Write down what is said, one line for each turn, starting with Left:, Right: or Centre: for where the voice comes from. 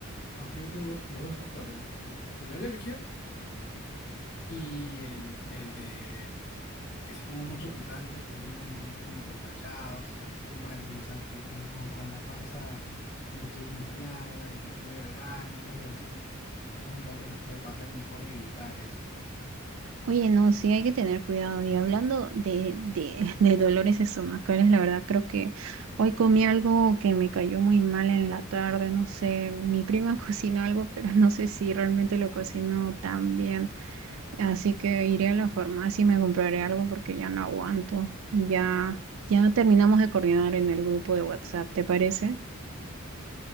Left: Aunque yo tengo los dos factores, el de la alergia Y el, el de, el que sí como mucho picante, pues luego me siento como que empachado, tú, tú- tú comprendes, ¿no? O sea, que con, con, con la panza como que estuviera inflada y que quiero ir al baño y cosas así. Y supongo que a otros les puede pasar y mejor evitar eso.
Right: Oye, no, sí hay que tener cuidado. Y hablando de, de, <laughs> de dolores estomacales, la verdad creo que hoy comí algo que me cayó muy mal en la tarde. No sé, mi prima <laughs> cocinó algo, pero no sé si realmente lo cocinó tan bien. Así que iré a la farmacia y me compraré algo porque ya no aguanto. Y ya, ya terminamos de coordinar en el grupo de WhatsApp, ¿te parece?